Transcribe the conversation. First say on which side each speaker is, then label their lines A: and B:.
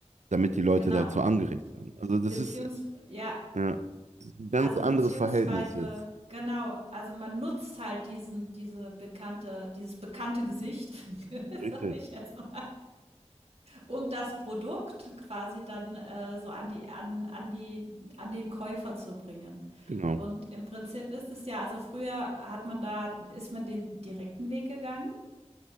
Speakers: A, on the right (about 80°); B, on the right (about 55°).
A: damit die Leute
B: genau.
A: dazu angeregt werden. Also das
B: Beziehungsweise,
A: ist,
B: ja,
A: ja, das ist ein ganz
B: Also,
A: anderes
B: beziehungsweise
A: Verhältnis jetzt.
B: genau, also, man nutzt halt diesen diese bekannte dieses bekannte Gesicht, <laughs>
A: Richtig.
B: sage ich jetzt mal, um das Produkt quasi dann, äh, so an die an an die an den Käufer zu bringen.
A: Genau.
B: Und im Prinzip ist es ja also, früher hat man da ist man den direkten Weg gegangen,